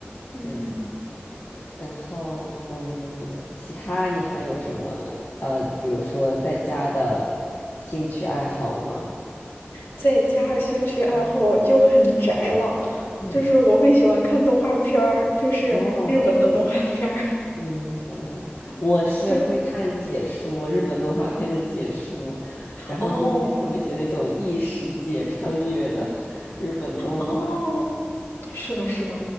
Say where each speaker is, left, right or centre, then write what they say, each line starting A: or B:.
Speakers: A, on the left; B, on the left.
A: 嗯，
B: 对。然后，嗯，其他你还有什么呃，比如说在家的兴趣爱好吗？
A: 再加上兴趣爱好就很宅了，
B: 嗯嗯，
A: 就是我会喜欢看动画片儿，就是日本的动画片儿。
B: 哦，明白。我是会看解说，
A: 就
B: 日本动画片的解说，然后最近特别喜欢那种异世界穿越的
A: 哦
B: 日本动画。
A: 哦，是的，是的，